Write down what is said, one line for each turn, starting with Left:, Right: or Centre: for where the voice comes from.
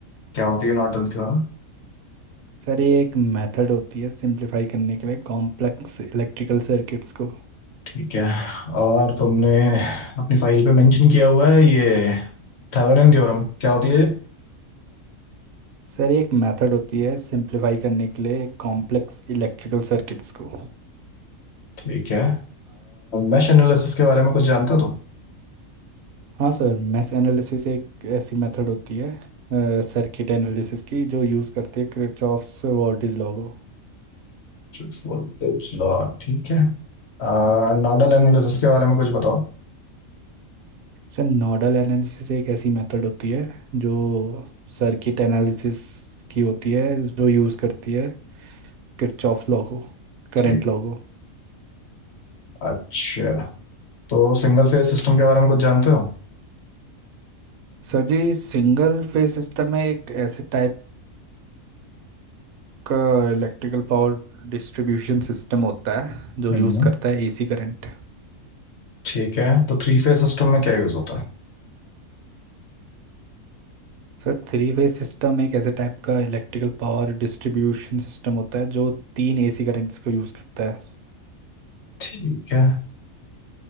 Left: क्या होती है नॉर्टन थ्योरम
Right: सर ये एक मेथड होती है सिंप्लीफाई करने के लिए कॉम्प्लेक्स इलेक्ट्रिकल सर्किट्स को
Left: ठीक है और तुमने अपनी फाइल पे मेंशन किया हुआ है ये थेवेनिन थ्योरम क्या होती है ये?
Right: सर ये एक मेथड होती है सिंप्लीफाई करने के लिए कॉम्प्लेक्स इलेक्ट्रिकल सर्किट्स को
Left: ठीक है मैश एनालिसिस के बारे में कुछ जानते हो तुम
Right: हाँ सर मैश एनालिसिस एक ऐसी मेथड होती है सर्किट एनालिसिस की जो यूज़ करते हैं किरचॉफ्स वोल्टेज लॉ को
Left: सिर्फ voltage law, ठीक है आ, नोडल एनालिसिस के बारे में कुछ बताओ
Right: सर नोडल एनालिसिस एक ऐसी मेथड होती है जो सर्किट एनालिसिस की होती है जो यूज़ करती है किरचॉफ लॉ को करंट
Left: ठीक
Right: लॉ को
Left: अच्छा तो सिंगल फेज सिस्टम के बारे में कुछ जानते हो
Right: सर जी सिंगल फेज सिस्टम में एक ऐसे टाइप का इलेक्ट्रिकल पावर डिस्ट्रीब्यूशन सिस्टम होता है जो
Left: हम्म
Right: यूज़ करता है AC current
Left: ठीक है तो थ्री फेज सिस्टम में क्या यूज होता है
Right: Sir three phase system एक ऐसे टाइप का इलेक्ट्रिकल पावर डिस्ट्रीब्यूशन सिस्टम होता है जो तीन एसी करंट्स को यूज़ करता है
Left: ठीक है